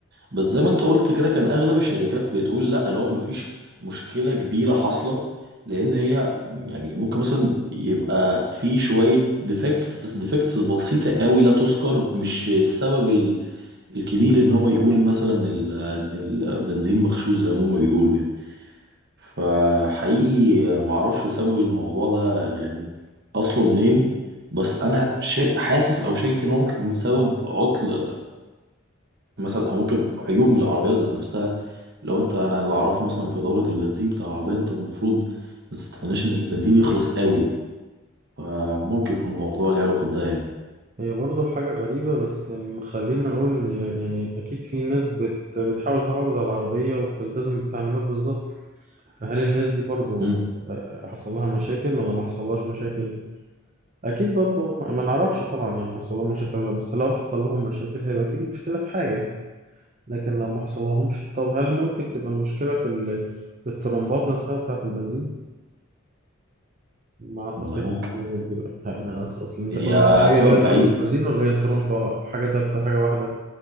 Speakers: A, on the right (about 55°); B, on the right (about 40°).
A: بس زي ما انت قلت كده كان اغلب الشركات بتقول لا لو ما فيش مشكله كبيره حاصله لان هي يعني ممكن مثلا يبقى في شويه ديفكتس بس ديفكتس بسيطه قوي لا تذكر مش السبب الكبير ان هو يقول مثلا ال- ان البنزين مغشوش زي ما هما بيقولوا يعني فحقيقي معرفش سبب الموضوع ده يعني اصله منين بس انا شا- حاسس او شاكك ان هو ممكن يكون سبب عطل مثلا او ممكن عيوب من العربيه ذات نفسها لو انت انا اللي اعرفه مثلا في دوره البنزين بتاع العربيه انت المفروض ما تستناش ان البنزين يخلص قوي فممكن يكون الموضوع ليه علاقه بده يعني
B: هي برضه حاجة غريبة بس خلينا نقول إن يعني أكيد في ناس بت... بتحاول تحافظ على العربية وبتلتزم بالتعليمات بالظبط فهل الناس دي برضو
A: امم
B: آه، حصل لها مشاكل ولا ما حصلهاش مشاكل؟ أكيد برضو ما ما نعرفش طبعا يعني حصل لهم مشاكل ولا لأ، بس لو حصل لهم مشاكل هيبقى في مشكلة في حاجة لكن لو ما حصل لهمش طب هل ممكن تبقى المشكلة في ال... في الترمبات نفسها بتاعة البنزين؟ ما أعتقدش
A: والله ممكن
B: دول- ها، ما أص- أصل أنت
A: هي
B: كل عربية
A: سبب
B: وليها
A: بعيد
B: ترمبة بنزين ولا هي ترمبة حاجة ثابتة حاجة واحدة؟